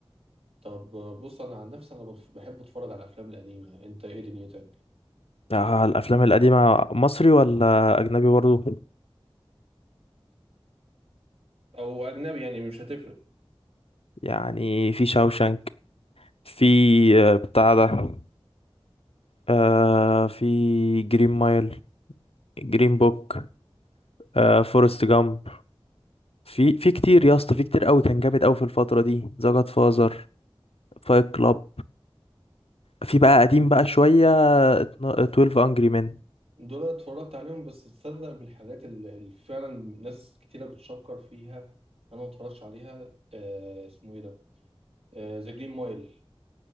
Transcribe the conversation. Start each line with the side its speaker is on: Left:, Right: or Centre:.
Right: طب آه، بص انا عن نفسي انا بف- بحب اتفرج على الافلام القديمه انت ايه دنيتك
Left: آه الافلام القديمة مصري ولا اجنبي برضه
Right: او اجنبي يعني مش هتفرق
Left: يعني في شاوشانك في آه، بتاع ده آه في جرين مايل جرين بوك آه فورست جامب في في كتير يا اسطى في كتير قوي كان جامد قوي في الفترة دي ذا جاد فازر فايت كلاب في بقى قديم بقى شوية اتنا- 12 انجري مان
Right: دول أنا اتفرجت عليهم بس تصدق من الحاجات اللي اللي فعلا ناس كتيرة بتشكر فيها انا ما اتفرجتش عليها آه اسمه ايه ده ذا جرين مايل